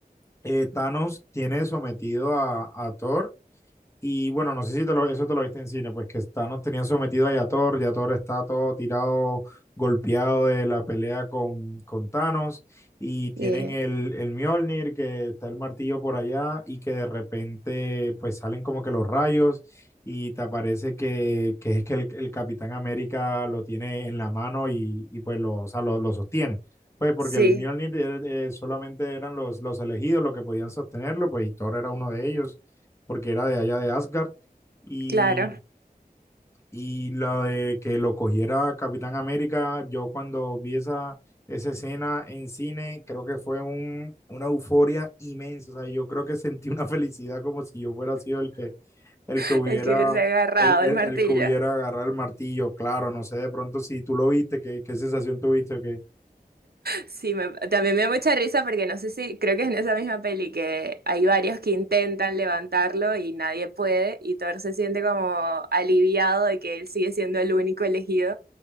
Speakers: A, on the left; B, on the right.
A: eh, Thanos tiene sometido a, a Thor y bueno, no sé si te lo- eso te lo viste en cine, pues que está, nos tenían sometido a Yator, Yator está todo tirado, golpeado de la pelea con, con Thanos, y tienen
B: Sí,
A: el, el Mjolnir, que está el martillo por allá, y que de repente pues salen como que los rayos, y te aparece que, que es que el, el Capitán América lo tiene en la mano y, y pues lo, o sea, lo, lo sostiene. Pues porque
B: sí,
A: el Mjolnir eh, eh, solamente eran los, los elegidos los que podían sostenerlo, pues y Thor era uno de ellos porque era de allá de Asgard. Y,
B: claro,
A: y la de que lo cogiera Capitán América, yo cuando vi esa, esa escena en cine, creo que fue un, una euforia inmensa. O sea, yo creo que sentí una <laughs> felicidad como si yo fuera sido el que, el
B: <laughs>
A: que hubiera,
B: el que se ha agarrado
A: el, el,
B: el martillo.
A: el que hubiera agarrado el martillo. Claro, no sé de pronto si tú lo viste, qué, qué sensación tuviste, o
B: Sí, me- también me da mucha risa porque no sé si, creo que es en esa misma peli que hay varios que intentan levantarlo y nadie puede y Thor se siente como aliviado de que él sigue siendo el único elegido.